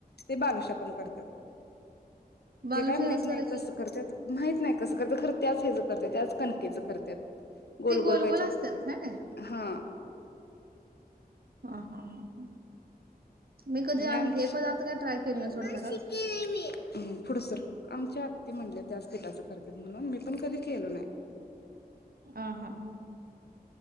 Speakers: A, on the left; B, on the right.
A: ते बालुशा पण करत्यात
B: बालुशाही
A: ते काय माहत नाही
B: करायची
A: कसं करतात माहित नाही कसं करत्यात खर त्याच हेज करत्यात, त्याच कणकेचं करत्यात. गोल
B: ते
A: गोल कायतर
B: असतात हा ना
A: हा
B: हा हा हा मी कधी
A: आणि आमची
B: हे पदार्थ काय ट्राय केले
A: <unintelligible>
B: नाही सोड घरात
A: आमच्या आत्ती म्हणल्या त्याच पीठाच करत्यात म्हणून मी पण कधी केलो नाही.
B: आ हा हा.